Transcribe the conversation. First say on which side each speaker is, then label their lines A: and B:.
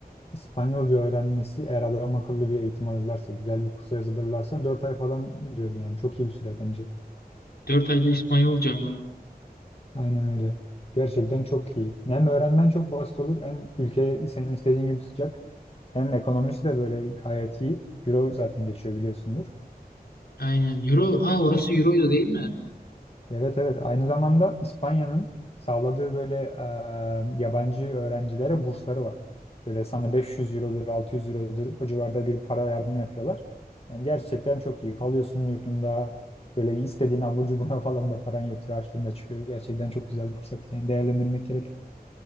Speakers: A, on the left (about 40°); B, on the left (about 80°).
A: İspanyolca öğrenmesi eğer adam akıllı bir eğitim alırlarsa, güzel bir kursa yazılırlarsa 4 ay falan diyordu yani. Çok iyi bir süre bence.
B: Dört ayda İspanyolca mı?
A: Aynen öyle. Gerçekten çok iyi. Hem öğrenmen çok basit olur hem ülke senin istediğin gibi sıcak. Hem ekonomisi de böyle gayet iyi. Euro zaten geçiyor biliyorsundur.
B: Aynen. Euro. Aa orası Euro'ydu değil mi?
A: Evet evet aynı zamanda İspanya'nın sağladığı böyle e, yabancı öğrencilere bursları var. Böyle sana 500 eurodur 600 eurodur o civarda bir para yardımı yapıyorlar. Yani gerçekten çok iyi kalıyorsun yurtunda böyle istediğin abur cubuna <laughs> falan da paran yetiyor açtığında çıkıyor. Gerçekten çok güzel bir fırsat yani değerlendirmek gerek.